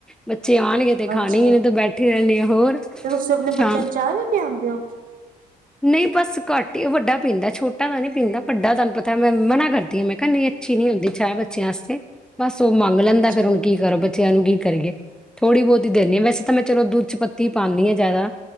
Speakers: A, in the centre; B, on the right.
A: ਬੱ ਬੱਚੇ ਆਨਗੇ ਤੇ ਖਾਨੀ
B: ਅੱਛਾ
A: ਏ ਨੀ ਤੇ ਬੈਠੇ ਰਹਿੰਨੇ ਆ, ਹੋਰ
B: ਤੇ ਤੁਸੀਂ ਆਪਣੇ
A: ਸ਼ਾਮ
B: ਬੱਚਿਆਂ ਨੂੰ ਚਾਹ ਵੀ ਪਿਆਂਦੇ ਹੋ
A: ਨਹੀਂ ਬਸ ਘੱਟ ਈ ਵੱਡਾ ਪੀਂਦੇ, ਛੋਟਾ ਤਾਂ ਨਹੀਂ ਪੀਂਦਾ ਵੱਡਾ ਤਾਨੂੰ ਪਤਾ ਮੈਂ ਮਨਾ ਕਰਦੀ, ਮੈਂ ਕੇ ਨਹੀਂ ਅੱਛੀ ਨਹੀਂ ਹੁੰਦੀ ਚਾਹ ਬੱਚਿਆਂ ਆਸਤੇ ਬਸ ਉਹ ਮੰਗ ਲੈਂਦਾ
B: ਅੱਛਾ
A: ਫੇਰ ਹੁਨ ਕੀ ਕਰਾ ਬ ਬੱਚਿਆਂ ਨੂੰ ਕੀ ਕਰੀਏ ਥੋੜ੍ਹੀ ਬੋਤੀ ਦੇਨੀ ਆ ਵੈਸੇ ਤਾਂ ਮੈਂ ਚਲੋ ਦੁੱਧ ਚ ਪੱਤੀ ਪਾਣੀ ਹਾਂ ਜ਼ਿਆਦਾ।